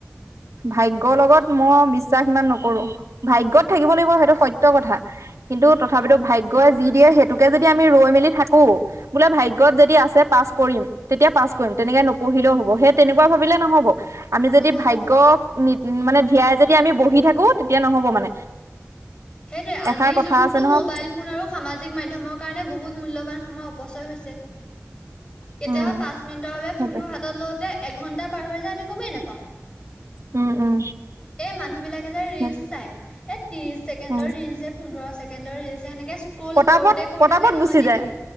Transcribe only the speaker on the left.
উম
নহব
সেইটোৱে
আজিৰ
যুগটোতো
মোবাইল ফোন আৰু সামাজিক মাধ্যমৰ কাৰণে বহুত মূল্যৱান সময় অপচয় হৈছে কেতিয়াবা
পাঁচ মিনিটৰ বাবে
ফোনটো হাতত লওঁতে এঘন্টা পাৰ হৈ যায় আমি গমেই নেপাওঁ
এ মানুহ বিলাক এটা ৰিলচ
চাই এ ত্ৰিশ ছেকেণ্ডৰ
ৰিলচ যে পোন্ধৰ ছেকেণ্ডৰ ৰিলচ সেনেকে স্ক্ৰল
কৰোতে কৰোতে
যে সিহঁতি